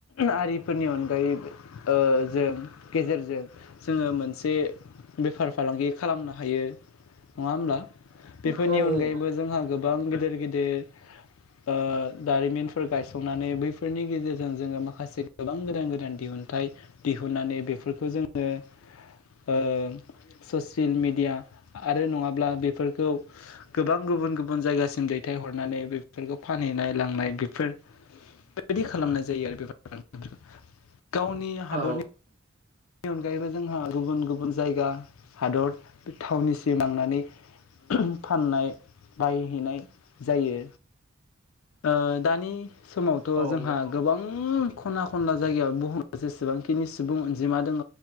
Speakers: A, on the left; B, on the right.
A: आरिफोरनि अनगायै ओ जों गेजेरजों जोङो मोनसे बेफार फालांगि खालामनो हायो नङा होमब्ला बेफोरनि
B: औ
A: अनगायैबो
B: औ
A: जोंहा गोबां गिदिर गिदिर ओ दारिमिनफोर गायसंनानै बै बेफोरनि गेजेरजों जोङो मा माखासे गोबां गोदान गोदान दिहुनथाइ दिहुननानै बेफोरखौ जों ओ ओ ससियेल मिडिया आरो नङाब्ला बेफोरखौ गोबां गुबुन गुबुन जायगासिम दैथायहरनानै बेफोरखौ फानहैनाय लांनाय बेफोर बेबायदि खालामनाय जायो आरो बेफार फालांगि गावनि हादरनि
B: औ
A: नि अनगायैबो जोंहा गुबुन गुबुन जायगा हादर बे थावनिसिम लांनानै फाननाय बायहैनाय जायो ओ दानि समावथ'
B: औ
A: जोंहा गोबां खना खनला जायगायाव बुहुमा जेसेबांखिनि सुबुं अन जिमा दङ